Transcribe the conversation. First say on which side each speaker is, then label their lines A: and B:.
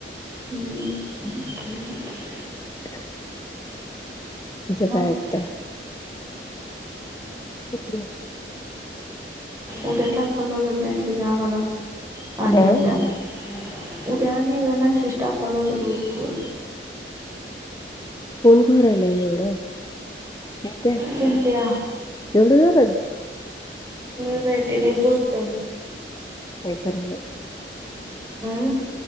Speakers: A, on the right; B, on the left.
A: अ म काय माहिती?
B: <inaudible> तेचं
A: मग
B: काय ऐकता? <unintelligible>
A: उद्या टाकाव लागल मॅसेज आमाला. आणि
B: अ
A: एगदा न. उद्या आणी एकदा, मॅसेज टाकावा लागल ग्रुपवर.
B: कोण घोरायलाय एवढं? <unintelligible>
A: चिंट्या
B: एवढं जोरात?
A: <unintelligible> बाई ती लय बोलतय.
B: काय तर <unintelligible>
A: अं.